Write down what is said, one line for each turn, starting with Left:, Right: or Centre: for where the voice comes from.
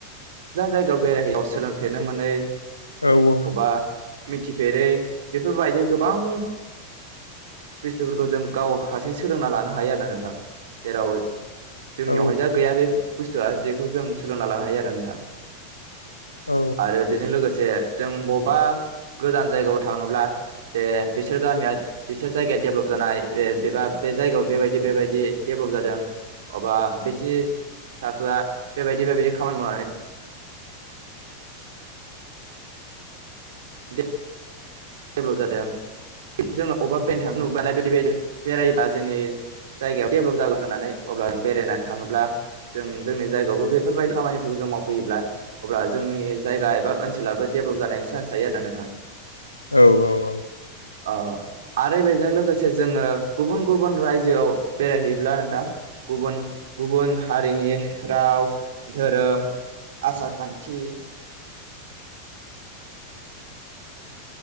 Right: गोजान जायगायाव बेराय हैनायाव सोलोंफेरनो मोनै
Left: औ औ।
Right: अबा मिथिफेरै बेफोरबायदि गोबां बुस्थुफोरखौ जों गाव हारसिं सोलोंना लानो हायो आरो ना नोंथां । जेराव जोंनियावहाय
Left: औ
Right: जा गैया बे बुस्थुआ जेखौ जों सोलोंना लानो हायो आरोना नोंथां ।
Left: औ
Right: आरो बेजों लोगोसे जों बबेबा गोजान जायगायाव थाङोब्ला दे बिसोर गामिया बिसोर जायगाया दडेभेलप जानाय बेबा बे जायगायाव बेबायदि बेबायदि जादों अबा बिसिनि थाखोआ बेबायदि बेबायदि खामानि मावनानै बिे डेभेलप जादों । जोङो अबेबा बेरायनो थांना नुबालाय बेबायदि‌ बेबायदि बेरायबा जोंनि जायगायाव डेभेलप जागोन होननानै अब्ला बेरायनानै थाङो जों जोंनि जायगायावबो बेफोरबायदि खामानिफोरखौ जों मावफैयोब्ला अब्ला जोंनि जायगा एबा ओनसोलाबो डेभेलप जानायनि चान्स जायो आरो ना नोंथां ।
Left: औ औ औ औ।
Right: औ । आरो बेजों लोगोसे जोङो गुबुन गुबुन रायजोआव बेरायहैयोब्ला नोंथां गुबुन गुबुन हारिनि राव धोरोम, आसार-खान्थि